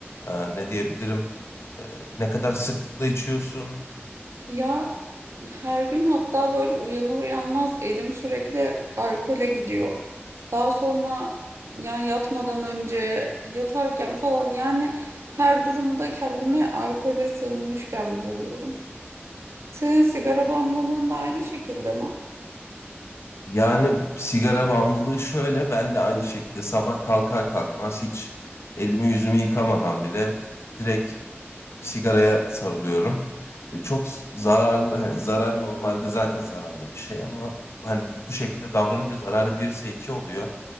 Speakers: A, on the left (about 75°); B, on the right (about 80°).
A: e, ne diyebilirim? E, ne kadar sıklıkla içiyorsun?
B: Ya her gün hatta böyle uyanır uyanmaz elim sürekli alkole gidiyor. Daha sonra yani yatmadan önce yatarken falan yani her durumda kendimi alkole sığınmışken buluyorum. Senin sigara bağımlılığın da aynı şekilde mi?
A: Yani sigara bağımlılığı şöyle, ben de aynı şekilde sabah kalkar kalkmaz hiç elimi yüzümü yıkamadan bile direkt bir sigaraya sarılıyorum. E, çok zararlı hani zarar normalde zaten zararlı bir şey ama hani bu bu şekilde davranınca zararı bir ise iki oluyor.